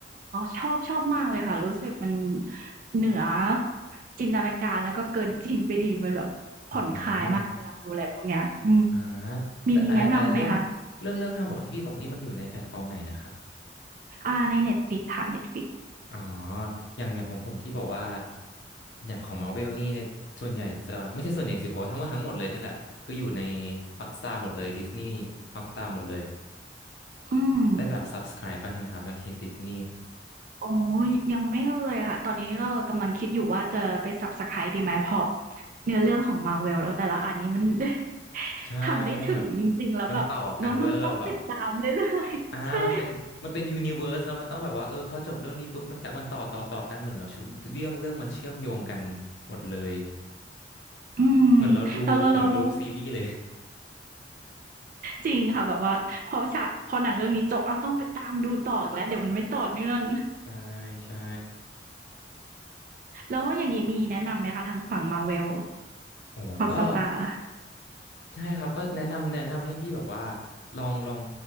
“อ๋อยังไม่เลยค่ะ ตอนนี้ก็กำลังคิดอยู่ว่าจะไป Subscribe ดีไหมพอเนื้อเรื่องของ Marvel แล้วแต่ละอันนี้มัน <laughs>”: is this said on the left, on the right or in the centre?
Right